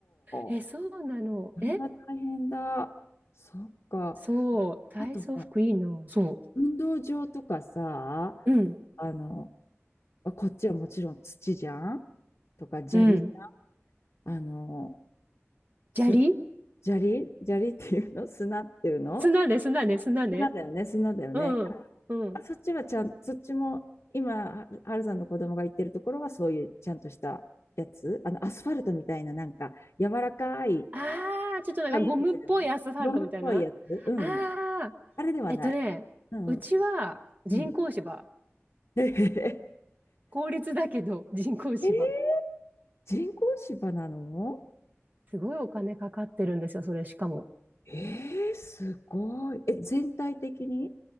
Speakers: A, on the right; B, on the left.
A: え、
B: こ
A: そうなの。
B: れは大変だ。
A: え
B: そっか。
A: そう、体操服いいな。
B: あとさ、
A: そ
B: 運動場とかさ、
A: う。うん、
B: あの、こっちはもちろん土じゃんとか砂利
A: うん。
B: あの、す、
A: 砂利
B: 砂利砂利っていうの <laughs> 砂っていうの
A: 砂ね、砂ね、砂ね。
B: 砂だよね、砂だよね。
A: うん、うん。
B: あ、そっちはちゃん、そっちも、今、ははるさんの子供が行ってるところは、そういうちゃんとしたやつ、あの、アスファルトみたいな、なんか、柔らかい、
A: ああ、ちょっとなんかゴムっぽいアスファルトみたいな。
B: ああいうのじゃないゴムっぽいやつうん。
A: ああ、
B: あれではない。
A: えっとね、
B: うん。
A: うちは人工芝。
B: うん。<laughs> え
A: 公立だけど人工芝。
B: ー、人工芝なの
A: すごいお金かかってるんですよ、それしかも。
B: えー、すごい。え、全体的に